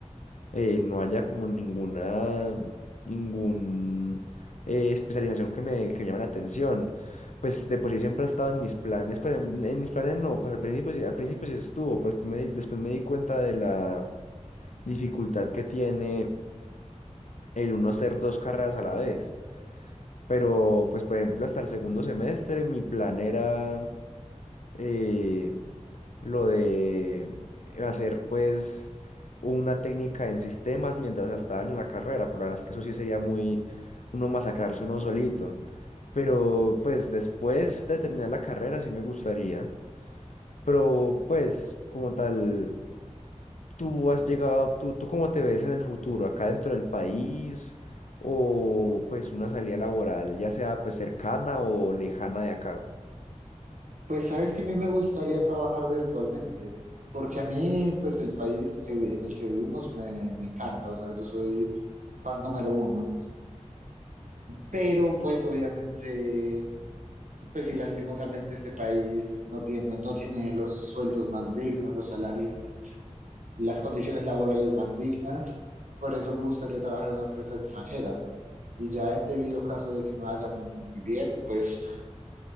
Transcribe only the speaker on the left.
eh, no haya como ninguna, ningún eh, especialización que me, que me llame la atención. Pues de por sí siempre ha estado en mis planes, pues en, en mis planes no, pues al principio sí, al principio sí estuvo, pero después me, di- después me di cuenta de la dificultad que tiene el uno hacer dos carreras a la vez. Pero, pues, por ejemplo, hasta el segundo semestre mi plan era eh, lo de hacer, pues, una técnica en sistemas mientras estaba en la carrera. Por la verdad es que eso sí sería muy uno masacrarse uno solito. Pero, pues, después de terminar la carrera sí me gustaría. Pero, pues, como tal, tú has llegado, tú, tú cómo te ves en el futuro, acá dentro del país o pues una salida laboral, ya sea pues cercana o lejana de acá?